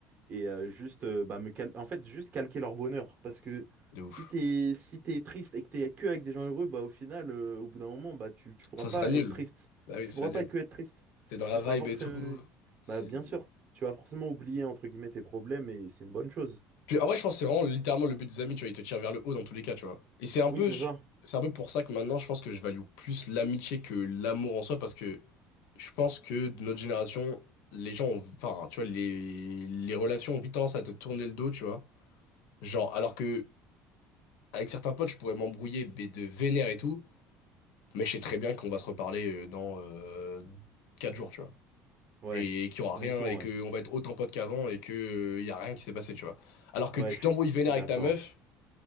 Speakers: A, on the right; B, on the left.
A: et euh, juste euh, bah, me cal- en fait juste calquer leur bonheur. Parce que
B: De ouf.
A: si t'es si t'es triste et que t'es que avec des gens heureux, bah au final, euh, au bout d'un moment, bah tu, tu pourras
B: Ça,
A: pas
B: ça annule.
A: être triste.
B: Bah oui,
A: Tu
B: ça
A: pourras
B: annule.
A: pas que être triste.
B: T'es dans la
A: Tu
B: vibe
A: seras forcément
B: et tout. C'est-
A: bah bien sûr, tu vas forcément oublier entre guillemets tes problèmes et c'est une bonne chose.
B: Puis en vrai, je pense que c'est vraiment littéralement le but des amis, tu vois. Ils te tirent vers le haut dans tous les cas, tu vois. Et c'est un
A: Oui,
B: peu,
A: c'est ça.
B: c'est un peu pour ça que maintenant, je pense que je value plus l'amitié que l'amour en soi, parce que je pense que de notre génération, les gens ont, enfin, tu vois, les, les relations ont vite tendance à te tourner le dos, tu vois. Genre, alors que avec certains potes, je pourrais m'embrouiller, mais de vénère et tout, mais je sais très bien qu'on va se reparler euh, dans euh, 4 jours, tu vois.
A: Ouais,
B: et qu'il y aura
A: honnêtement,
B: rien et
A: ouais.
B: que on va être autant potes qu'avant et que euh, y a rien qui s'est passé, tu vois. Alors que
A: Ouais,
B: tu
A: je,
B: t'embrouilles vénère
A: je suis d'accord.
B: avec ta meuf,